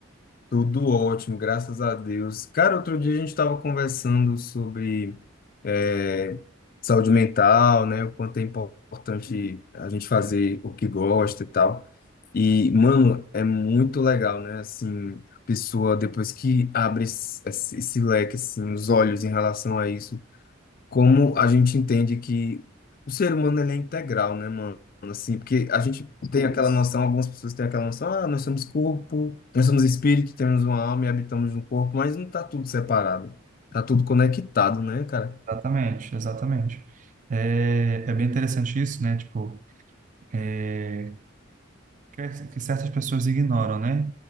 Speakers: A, on the left (about 45°); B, on the right (about 40°).
A: Tudo ótimo, graças a Deus. Cara, outro dia a gente estava conversando sobre eh, saúde mental, né? O quanto é importante a gente fazer o que gosta e tal. E, mano, é muito legal, né? Assim, a pessoa, depois que abre esse, esse leque, assim, os olhos em relação a isso, como a gente entende que o ser humano ele é integral, né, mano? Assim, porque a gente tem aquela noção, algumas pessoas têm aquela noção, ah, nós somos corpo, nós somos espírito, temos uma alma e habitamos no corpo, mas não tá tudo separado, tá tudo conectado, né, cara?
B: Exatamente, exatamente. É, é bem interessante isso, né? Tipo, é, que, que certas pessoas ignoram, né?